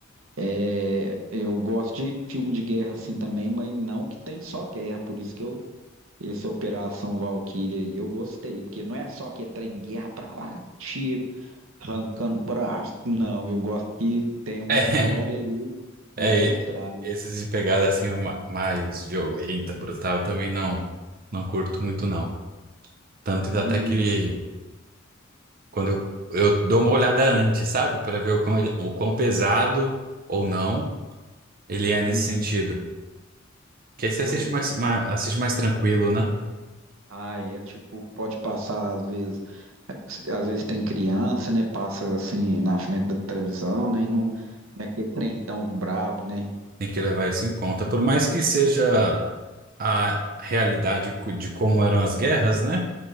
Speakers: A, on the right; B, on the right.
A: É, eu gosto de filme de guerra assim também, mas não que tem só guerra, por isso que eu essa Operação Valkyria aí eu gostei, porque não é só que é trem guerra pra lá, tiro, arrancando braço, não, eu gosto que tem uma
B: É, <laughs>
A: história ali
B: é,
A: ali por
B: e-
A: trás.
B: esses de pegada assim ma- mais violenta, brutal, eu também não, não curto muito não. Tanto que
A: E
B: até que quando eu, eu dou uma olhada antes, sabe? Pra ver o quão, ele, o quão pesado ou não ele é nesse
A: uhum,
B: sentido. Que aí você
A: pois
B: assiste mais,
A: é.
B: mais, assiste mais tranquilo, né?
A: Ah, é tipo, pode passar às vezes, às vezes tem criança, né? Passa assim na frente da televisão, né? E não, não é aquele trem tão brabo, né?
B: Tem que levar isso em conta. Por mais que seja a realidade cu- de como eram as guerras, né?